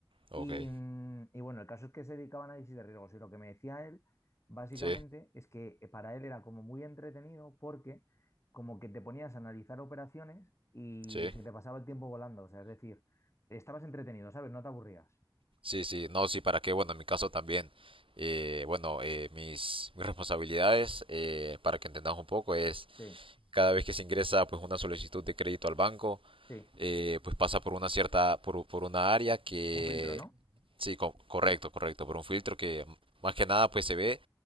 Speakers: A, on the right (about 90°); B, on the left (about 30°).
A: ok.
B: Y, mm, y bueno, el caso es que se dedicaba a análisis de riesgos y lo que me decía él, básicamente,
A: Sí,
B: es que eh, para él era como muy entretenido porque como que te ponías a analizar operaciones y
A: sí.
B: se te pasaba el tiempo volando, o sea, es decir, estabas entretenido, ¿sabes? No te aburrías.
A: Sí, sí, no, sí, ¿para qué? Bueno, en mi caso también. eh, bueno, eh, mis, mis responsabilidades, eh, para que entendamos un poco, es
B: Sí,
A: cada vez que se ingresa pues una solicitud de crédito al banco,
B: sí,
A: eh, pues pasa por una cierta, por, por una área que
B: un filtro, ¿no?
A: Sí, co- correcto, correcto. Por un filtro que más que nada pues se ve